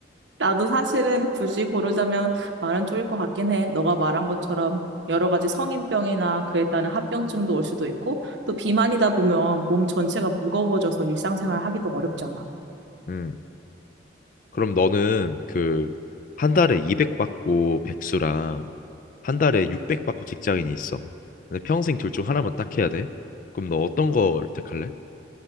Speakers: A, on the right; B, on the left.
A: 나도 사실은 굳이 고르자면 말은 쪼일 것 같긴 해. 너가 말한 것처럼 여러 가지 성인병이나 그에 따른 합병증도 올 수도 있고, 또 비만이다 보면 몸 전체가 무거워져서 일상생활 하기도 어렵잖아.
B: 음. 그럼 너는 그 한 달에 200 받고 백수랑 한 달에 600 받고 직장인이 있어. 근데 평생 둘 중 하나만 딱 해야 돼. 그럼 너 어떤 걸 택할래?